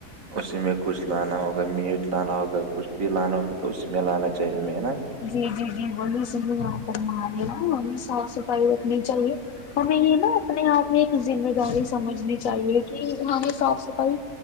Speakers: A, on the right (about 60°); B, on the left (about 65°).
A: اسی میں کچھ لانا ہوگا میٹ لانا ہوگا کچھ بھی لانا ہوگا تو اسی میں لانا چاہیے ہمیں ہے نا
B: جی جی جی بے س یہاں پر ہم رہے نا ہمیں صاف صفائی رکھنی چاہیے ہمیں یہ نا اپنے آپ میں ایک ذمہ داری سمجھنی چاہیے کہ ہمیں صاف صفائی